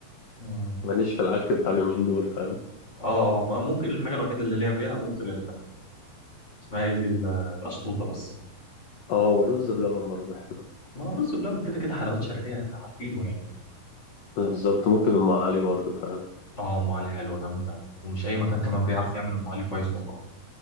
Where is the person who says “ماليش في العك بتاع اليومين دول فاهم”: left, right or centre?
Left